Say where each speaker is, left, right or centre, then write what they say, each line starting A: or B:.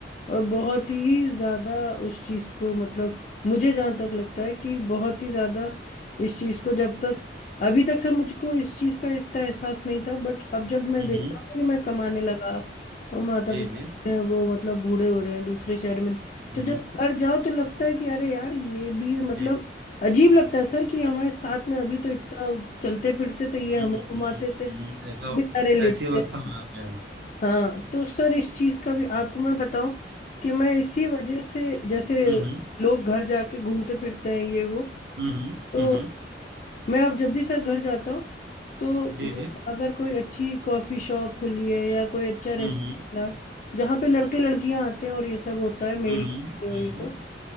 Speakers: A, on the left; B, on the right.
A: और बहुत ही ज़्यादा उस चीज़ को मतलब मुझे जहाँ तक लगता है कि बहुत ही ज़्यादा इस चीज़ को जब तक अभी तक सर मुझको इस चीज़ का इतना एहसास नहीं था बट अब जब मैं
B: हम्म,
A: देखता
B: हम्म, हम्म।
A: हूँ कि मैं कमाने लगा और माता
B: जी
A: पिता
B: जी हम्म
A: ने वो मतलब बूढ़े हो रहे हैं दूसरे शहर में
B: हम्म,
A: तो जब घर जाओ तो लगता है कि अरे यार ये भी मतलब
B: जी
A: अजीब लगता है सर कि हमारे साथ में अभी तो इतना चलते फिरते थे ये हमें
B: हम्म हम्म,
A: घुमाते
B: हम्म,
A: थे अब
B: हम्म, हम्म। ऐसा
A: बेचारे लेटते
B: ऐसी अवस्था
A: हैं
B: में आते हैं
A: हाँ तो सर इस चीज का भी आपको मैं बताऊं कि मैं इसी वजह से जैसे
B: हम्म हम्म
A: लोग घर जाके घूमते फिरते हैं ये वो
B: हम्म
A: तो
B: हम्म हम्म।
A: मैं अब जब भी सर घर जाता हूँ तो
B: जी
A: मैं
B: जी
A: अगर कोई अच्छी कॉफी शॉप खुली है या कोई अच्छा रेस्टोरेंट
B: हम्म
A: है जहाँ पे लड़के लड़कियां आते हैं और ये सब होता है मेरी
B: हम्म हम्म हम्म,
A: और ये सब
B: हम्म।